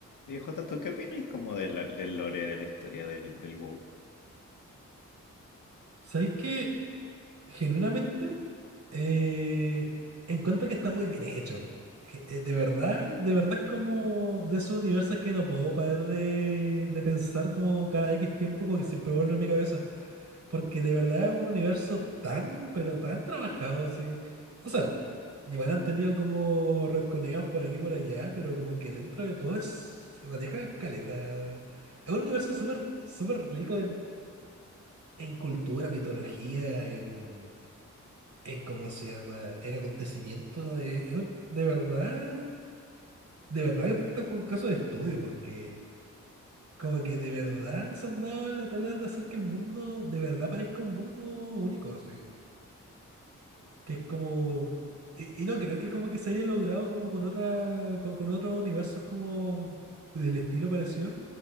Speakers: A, on the left; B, on the right.
A: Y Jota, ¿tú qué opinas como de la- del lore de la historia del, del WoW?
B: ¿Sabéis que genuinamente eh, encuentro que está muy bien hecho? Je- eh, De verdad, de verdad es como de esos universos que no puedo parar de, de pensar como cada X tiempo, como que siempre vuelve a mi cabeza. Porque de verdad es un universo tan, pero tan trabajado así. O sea, igual han tenido como retconeos por aquí y por allá, pero como que dentro de todo es, maneja caleta. Es un universo súper, súper rico en cultura, mitología, en, en cómo se llama, en acontecimientos, eh, es un- de verdad, de verdad que está por un caso de estudio, porque como que de verdad se han dado la tarea de hacer que el mundo de verdad parezca un mundo único, sí. Que es como, y, y no creo que como que se haya logrado como con otra, con, con otros universos como del estilo parecido,